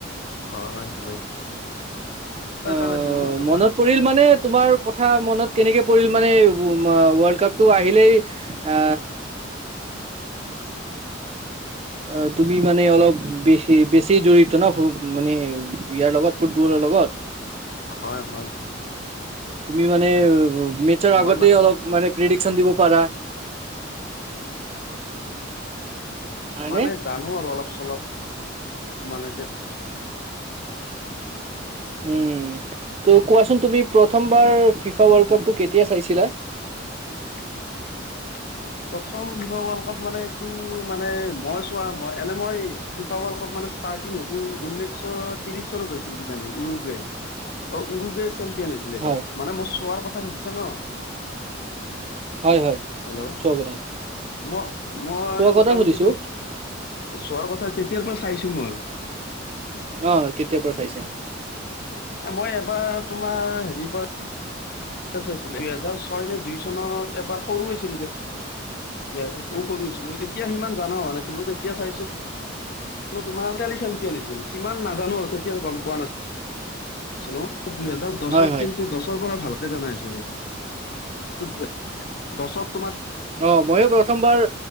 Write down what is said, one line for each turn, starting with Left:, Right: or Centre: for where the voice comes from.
Left: হয় হয়
Right: অ',
Left: কাৰ আছিল ন তোমাৰ
Right: মনত পৰিল মানে তোমাৰ কথা কথা মনত কেনেকে পৰিল মানে ৱৰ্ল্ড কাপটো আহিলেই আ
Left: <inaudible>
Right: অ', তুমি মানে অলপ বেছি বেছি জড়ত ন মানে ইয়াৰ লগত ফুটবলৰ লগত।
Left: হয়, হয়, হয়।
Right: তুমি মানে মেচৰ
Left: মই
Right: আগতে
Left: মা
Right: অলপ মানে প্ৰিডিকচন দিব পাৰা।
Left: <inaudible>
Right: হয়নে
Left: মানে জানো আৰু অলপ চলপ। মানে তে
Right: উম, ত' কোৱাচোন তুমি প্ৰথমবাৰ ফিফা ৱৰ্ল্ড কাপটো কেতিয়া চাইছিলা?
Left: <inaudible> প্ৰথম ফিফা ৱৰ্ল্ড কাপ মানেটো মানে মই চোৱা মই, এনে মই ফিফা ৱৰ্ল্ড কাপ মানে ষ্টাৰ্টিং হৈছিল উনৈশ শ ত্ৰিশ চনত হৈছিল কিজানি উৰুগুৱে অ' উৰুগুৱে চেম কি আনিছিলে এইবাৰ
Right: হয়
Left: মানে মই চোৱাৰ কথা সুধিছা ন।
Right: হয়, হয়,
Left: হেল্ল'
Right: চব।
Left: মই, মই
Right: কথা
Left: মোটামুটিতো
Right: সুধিছো
Left: চোৱাৰ কথা কেতিয়াৰ পৰা চাইছো মই।
Right: অ', কেতিয়া পৰা চাইছা?
Left: মই এবাৰ তোমাৰ হেৰি পৰা হৈছিল। দুইহেজাৰ ছয় নে, দুই চনত এবাৰ সৰু হৈছিলো যে। য়া তেতিয়া সৰু হৈছিলো। তেতিয়া সিমান জনা হোৱা নাছিলো। তেতিয়া চাইছো ম তোমাৰা, ইতালিছেমপিয়ন হৈছে। সিমান নাজানো আৰু তেতিয়া গম পোৱা না-ছিলো। দুইহেজাৰ দচত
Right: হয় হয়
Left: কিন্তু দচৰ পৰা ভালকে জানা হৈছো আৰু। ফুটবল দচত
Right: অ', ময়ো প্ৰথমবাৰ